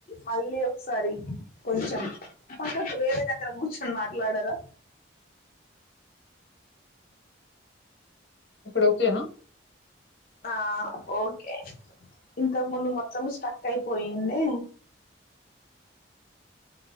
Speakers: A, on the left (about 45°); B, on the left (about 65°).
A: మళ్ళీ ఒకసారి కొంచెం పక్కకు వేరే దగ్గర కూర్చొని మాట్లాడరా
B: ఇప్పుడ ఓకే నా
A: ఆ ఓకే ఇంతకు ముందు మొత్తము స్ట్రక్ అయిపోయింది